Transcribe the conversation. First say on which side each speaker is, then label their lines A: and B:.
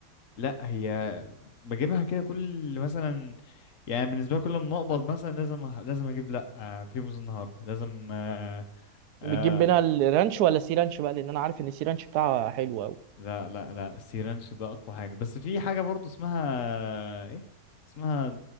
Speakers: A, on the left (about 55°); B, on the right (about 75°).
A: لا هي بجيبها كده كل مثلا يعني بالنسبة لي كل ما أقبض مثلا لازم لازم أجيب لا آه بريموز النهاردة لازم آه آه،
B: بتجيب منها الرانش ولا سي رانش بقى لان انا عارف ان السي رانش بتاعها حلو قوي
A: لا لا لا السيرانش ده اقوى حاجه بس في حاجه برضو اسمها ايه اسمها